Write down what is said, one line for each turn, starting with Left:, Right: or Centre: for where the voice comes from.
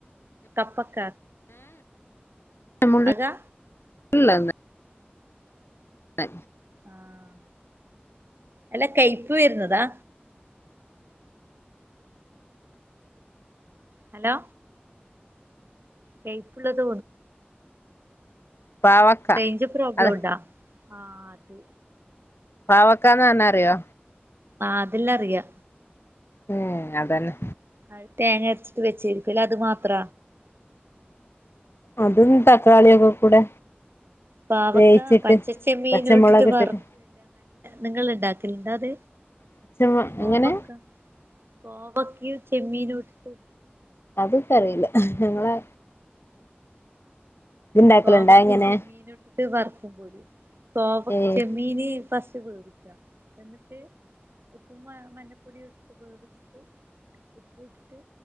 Right: കപ്പക്ക
Left: മുള്ള്
Right: അതാ
Left: <unintelligible> ള്ളെ
Right: ആഹ് അല്ല കൈപ്പ് വര്ന്നതാ? ഹലോ കൈപ്പ്ള്ളത്
Left: പാവക്ക
Right: റേഞ്ച് പ്രോബ്ലം
Left: അതെ
Right: ഉണ്ട്ടോ ആഹ് അത്.
Left: പാവക്കാന്ന് പർഞ്ഞാറിയോ
Right: ആഹ് അതെല്ലാറിയാ
Left: മ് അതന്നെ
Right: അ തേങ്ങ അരച്ചിട്ട് വെച്ചിരിക്കല്ലെ അത് മാത്ര
Left: അതും തക്കാളി ഒക്കെ കൂടെ
Right: പാവക്കാ
Left: വേവിച്ചിട്ട്
Right: പച്ചച്ചെമ്മീനൂട്ട്ട്ട്
Left: പച്ചമുളക്
Right: വർ
Left: ഇട്ടിട്ട്
Right: നിങ്ങള് ണ്ടാക്കല്ണ്ടോ അത്
Left: പച്ചമൊ
Right: കോവക്ക?
Left: എങ്ങനെ
Right: കോവക്കീം ചെമ്മീനൂട്ട്ട്ട്
Left: അത്ക്കറീല ഞങ്ങളെ ഇത്ണ്ടാക്കലുണ്ടാ
Right: കോവക്കീം
Left: ഇങ്ങനെ
Right: ചെമ്മീനുട്ട്ട്ട് വർക്കും പോലും കോവ
Left: ഏഹ്
Right: ചെമ്മീന് ഫസ്റ്റ് വേവിക്കും എന്നിട്ട് ഉപ്പും മല്ലപ്പൊടി വ് ഉപയോഗിച്ചിട്ട്. ഉപ്പൂട്ട്ട്ട്